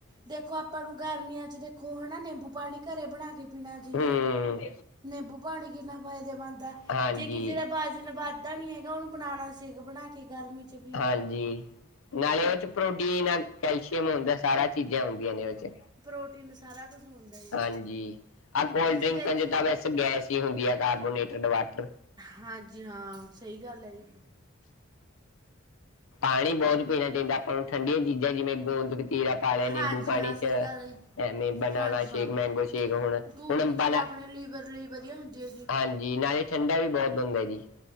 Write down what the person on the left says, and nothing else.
ਹੂੰ
ਹਾਂਜੀ
ਹਾਂਜੀ ਨਾਲੇ ਉਹ ਚ ਪ੍ਰੋਟੀਨ ਆ ਕੈਲਸ਼ੀਅਮ ਕਿ ਹੁੰਦਾ ਸਾਰਾ ਚੀਜ਼ਾਂ ਹੁੰਦੀਆਂ ਨੇ ਉਹ ਚ
ਹਾਂਜੀ ਆ ਕੋਲਡ
ਡਰਿੰਕਾਂ
ਚ ਤਾਂ ਵੈਸੇ ਗੈਸ ਹੀ ਹੁੰਦੀ ਆ ਕਾਰਬੋਨੇਟਡ ਵਾਟਰ
ਪਾਣੀ ਬਹੁਤ ਪੀਣਾ ਚਾਹੀਦਾ ਆਪਾਂ ਨੂੰ, ਠੰਡੀਆਂ ਚੀਜ਼ਾਂ ਜਿਵੇਂ ਗੂੰਦ-ਗਤੀਰਾ ਪਾ ਲੈਨੇ
ਨਿੰਬੂ ਪਾਣੀ
ਚ।
ਐਵੇਂ, ਬਨਾਨਾ
ਸ਼ੇਕ, ਮੈਂਗੋ ਸ਼ੇਕ, ਹੁਣ,
ਹੁਣ ਅੰਬਾ
ਦਾ
ਹਾਂਜੀ। ਨਾਲੇ ਠੰਡਾ ਵੀ- ਬਹੁਤ ਹੁੰਦਾ ਜੀ।